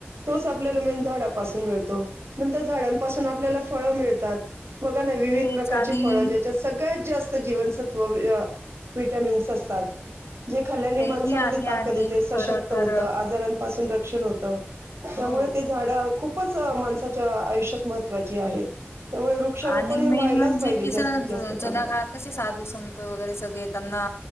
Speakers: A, on the right; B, on the left.
A: तोच आपल्याला मेन झाडापासून मिळतो. नंतर झाडांपासून आपल्याला फळं मिळतात बघा ना विविध
B: तेच
A: प्रकारची
B: आणि
A: फळं ज्याच्यात सगळ्यात जास्त जीवनसत्व वि अ विटामिन्स असतात. जे खाल्यानी
B: तेही
A: माणसामध्ये
B: आहे
A: ताकद
B: आणि
A: येते. सशक्त
B: खरं तर
A: होत. आजारां नपासुन रक्षण होत. त्यामुळ
B: हो.
A: ते झाड खूपच माणसां अ आयुष्यात महत्त्वाची आहेत. त्यामुळे वृक्षारोपण
B: आणि
A: हे
B: मेन
A: व्हायलाच
B: म्हणजे
A: पाहिजे
B: कीसं
A: जास्तीत जास्त
B: जु जुन्या
A: प्रमाणात
B: काळात कसे साधू संत वगैरे सगळे येत त्यांना